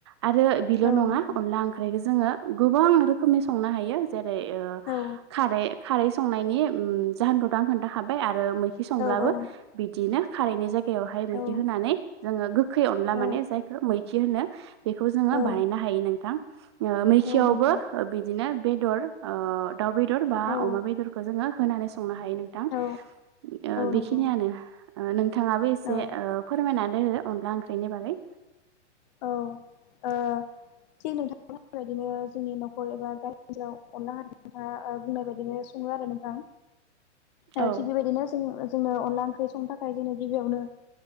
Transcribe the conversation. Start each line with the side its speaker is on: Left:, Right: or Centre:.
Right: आरो बिल'
Left: औ
Right: नङा
Left: नंगौ
Right: अनला ओंख्रैखो जोङो गोबां रोखोमनि संनो हायो जे जेरै ओ
Left: औ
Right: खारै खारै संनायनि उम जाहोनखौथ' आं खोनथाखाबाय आर रो मैखि संब्लाबो
Left: औ औ
Right: बिदिनो खारैनि जाय गायावहाय मैखि
Left: औ
Right: होनानै जोङो गोखै अनला
Left: औ
Right: माने जायखो मैखि होनो। बेखौ जोङो
Left: औ
Right: बाहायनो हायो नोंथां। ओ मैखियावबो
Left: औ नंगौ
Right: ओ बिदिनो बेदर ओ दाउ बेदर बा
Left: औ
Right: अमा बेदरखो जोङो। होनानै संनो हायो नोंथां ओ
Left: औ
Right: बेखिनियानो
Left: नंगौ
Right: नों थाङाबो एसे
Left: औ
Right: ओ फोरमायनानै हो अनला ओंख्रिनि बागै
Left: औ ओ थिग नोंथां बेफोर बायदिनो जोंनि न'खर एबा गामि ओनसोलाव अनला <unintelligible> बुंनाय बायदिनो सङो आरो नोंथां ओ
Right: औ
Left: थिग बेबायदिनो जों जोंनो अनला ओंख्रि संनो थाखाय जोंनो गिबियावनो